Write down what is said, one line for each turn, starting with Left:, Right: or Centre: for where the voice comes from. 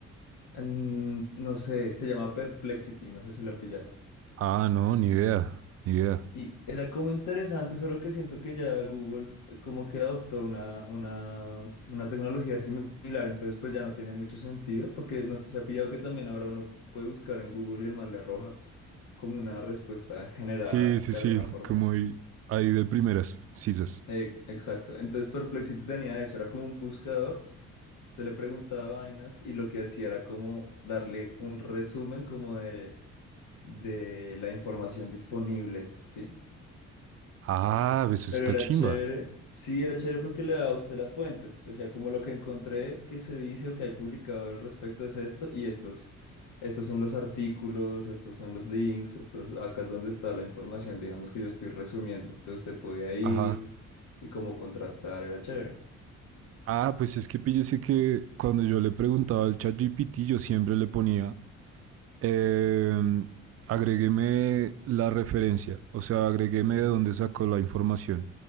Left: mm, no sé, se llama Perplexity, no sé si la he pillado.
Right: Ah, no, ni idea, ni idea.
Left: Y era como interesante, solo que siento que ya Google eh, como que adoptó una, una, una tecnología similar, entonces pues ya no tiene mucho sentido, porque no sé si ha pillado que también ahora uno puede buscar en Google y el man le arroja como una respuesta generada
Right: Sí, sí,
Left: de
Right: sí,
Left: alguna forma.
Right: como ahí ahí de primeras, sisas.
Left: Eh, exacto, entonces Perplexity tenía eso, era como un buscador, usted le preguntaba vainas y lo que hacía era como darle un resumen como de, de la información disponible, ¿sí?
Right: Ah,
Left: Eh,
Right: pues está
Left: Pero era
Right: chimba.
Left: chévere. Sí, era chévere porque le daba a usted las fuentes. Decía como lo que encontré que se dice o que hay publicado al respecto es esto y estos. Estos son los artículos, estos son los links, estos, acá es donde está la información, digamos que yo estoy resumiendo. Entonces usted podía ir
Right: Ajá.
Left: y como contrastar, era chévere.
Right: Ah, pues es que píllese que cuando yo le preguntaba al ChatGPT, yo siempre le ponía Em, agrégueme la referencia, o sea, agrégueme de dónde sacó la información.